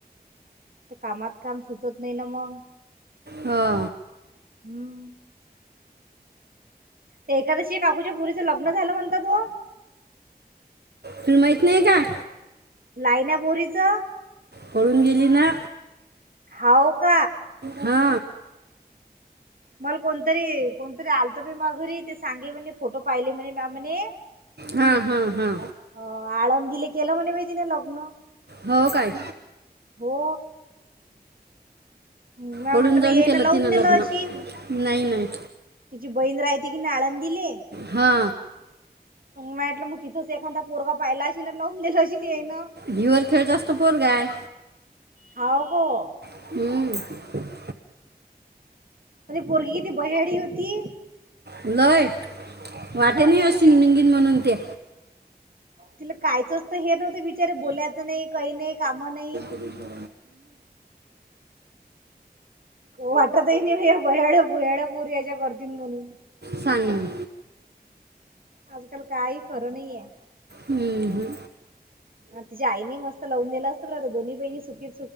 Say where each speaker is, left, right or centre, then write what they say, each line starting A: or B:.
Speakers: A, on the right (about 60°); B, on the right (about 80°).
A: ते कामात काम सुचत नाही ना मग.
B: हा
A: ह् ते एखादशी काकूच्या पोरीचं तिचं लग्न झालं म्हणतात वो.
B: तुला माहीत नाही का.
A: लाईना पोरीचं.
B: पळून गेली ना.
A: हो का
B: हा
A: मला कोणतरी कोणतरी आलत प मा घरी ते सांगे म्हणे फोटो पाहिले म्हणे म्हणे.
B: हा हा हा
A: अ आळंदीले केलं म्हणे तिने लग्न.
B: हो काय.
A: हो म्या
B: पळून
A: म्हटलं
B: जाऊन
A: बाई येईन
B: केल
A: लावून
B: तिनं
A: दिलं
B: लग्न
A: अशीन
B: नाही नाही.
A: तिची बहीण राहिती की नाय आळंदीले.
B: हा
A: तु माहिटलं मग तिथंच एखादा पोरगा पाहियलाशी ना लावून असशील येई ना.
B: हिवरखेडचाच तर पोर हाय.
A: हा कह
B: हम्
A: पोरगी किती बयाडी होती.
B: लय वाटे
A: ह
B: नाही असशी
A: ति
B: निंगीन म्हणून ते.
A: तिला कायचं असत हे नव्हतं विचार बोलायचं नाही काही नाही काम नाही.
B: ह
A: वाटतही नाही बयाड्या बुयाड्या पोरी अशा करतील म्हणून.
B: सांग मग
A: आजकाल काही खरं नाहीे आहे.
B: हम्म हम
A: अ तिच्या आईने मस्त लावून दिलं असतं ब आता दोन्ही बहिणी सुकी